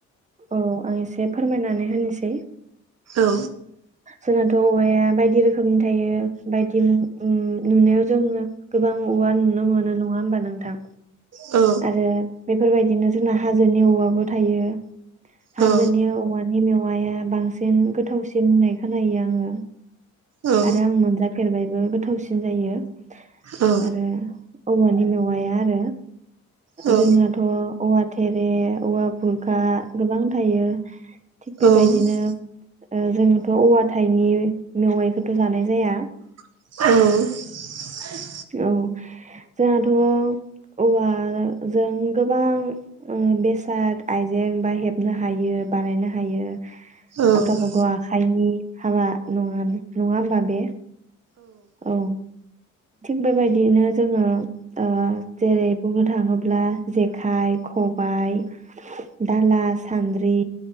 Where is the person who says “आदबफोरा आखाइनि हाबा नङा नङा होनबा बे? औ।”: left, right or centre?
Right